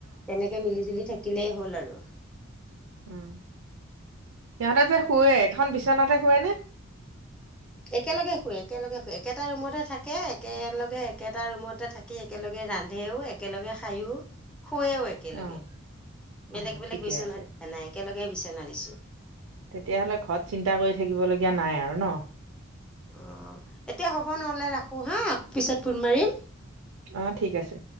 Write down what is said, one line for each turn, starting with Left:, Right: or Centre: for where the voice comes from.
Centre: তেনেকে মিলি জুলি থাকিলেই হ'ল আৰু।
Right: অঁ সিহঁতে যে শুৱে এখন বিচনাতে শুৱে নে
Centre: একেলগে শুৱে একেলগে শুৱে একেটা ৰুমতে থাকে একেলগে একেটা ৰুমতে থাকি একেলগে ৰান্ধেও একেলগে খায়ো শুৱেও একেলগে।
Right: অঁ
Centre: বেলেগ
Right: অঁ
Centre: বেলেগ
Right: ঠিকে
Centre: বিচনা
Right: আছে
Centre: দিয়া নাই একেলগে বিচনা দিছো।
Right: তেতিয়াহ'লে ঘৰত চিন্তা কৰি থাকিবলগীয়া নাই আৰু ন।
Centre: অ এতিয়া হ'ব নহ'লে ৰাখো হা পিছত ফোন মাৰিম।
Right: অ ঠিক আছে